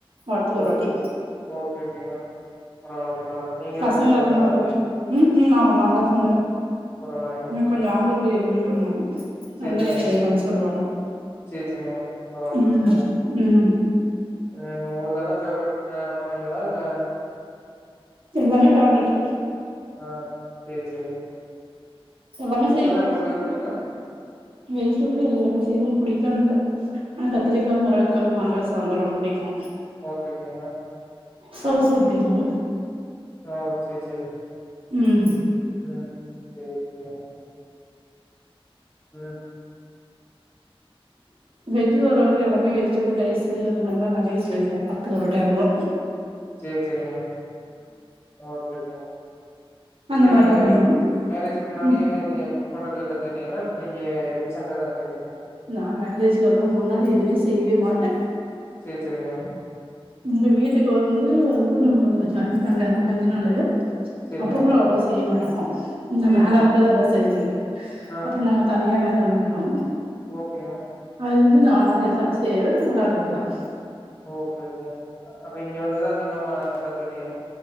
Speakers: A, on the right; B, on the left.
A: வாரத்துக்கு
B: ஓ
A: ஒரு
B: ஓகே
A: வாட்டி
B: ஓகே ஓகே ஓகேங்க பரவாயில்ல பரவால்ல நீங்க
A: பசங்க
B: ஏதாவ பண்ணுவீங்களா
A: அதுனால ம் ம் ஆமா நா தா பண்ணுவே
B: பரவாயில்லைங்க
A: கொஞ்சோ ஆம்பூர் பிரியாணி மாரி பண்ணுவோ
B: சேரி
A: நல்லா
B: சேரிங்க
A: <unintelligible> பண்ண சொல்லுவாங்க
B: சேரி சேரிங்க பரவால்ல
A: ம்
B: பரவால்ல
A: ம்
B: ம் உங்களுக்கு அதா பேவரட் பண்ணீவிங்களா இல்ல
A: எல்லாமே பேவரெட்
B: ஆ செரி செரிங்க
A: எல்லாமே
B: வெஜ்ல்லா
A: செய்வோ
B: உங்களுக்கு எது புடிக்கோ
A: வெஜ்ல கூட எல்லாமே செய்வோ புடிக்கோ இல்ல ஆ கத்திரிக்கா முருங்கக்கா மாங்கா சாம்பார் ரொம்ப புடிக்கோ
B: ஓகே ஓகேங்க
A: சௌசௌ புடிக்கோ
B: ஆ செரி செரி
A: ம்
B: ம் செரி செரிங்க ம்
A: வெஜ் ஓரளவுக்கு எல்லாமே வெஜிடபிள் ரைஸு அந்த மாரி தா நெறைய செய்வோங்க வாரத்துக்கு ஒரு டைமு
B: செர் செரிங்க ஓகே ஓகே எப்டி
A: அந்த மாரிலா
B: நீங்க
A: புடிக்கு
B: மேரேஜ்க்கு முன்னாடியே
A: ம்
B: நீங்க குக் பண்றது கத்துக்கிட்டீங்களா இல்ல இப்ப இங்க ரீசண்டா தா கத்துக்கிட்டீங்களா
A: நான் மேரேஜக்கு அப்பறோ முன்னாடி எதுவுமே செய்யவே மாட்ட
B: சேர் செரிங்க
A: இந்த வீட்டுக்கு வந்து <unintelligible> நா ஜாயின் ஃபேமலியாந்தோ கொஞ்ச நாளு
B: சரிங்க.
A: அப்போ கூட அவ்ளோவா செய்ய மாட்டோ இந்த
B: சரி,
A: மேல
B: சரிங்க.
A: வந்துதா எல்லா தெரிஞ்சுகின்ன
B: ஆ.
A: அப்ப நா தனியா மேல வண்ட்டோ
B: ஓகேங்க
A: அதிலிந்து நாளாது எட்டாது <unintelligible>
B: ஓ ஓகே ஓகே அப்ப இங்க வந்துதா அதிகமா பா கத்துக்கிட்டீங்க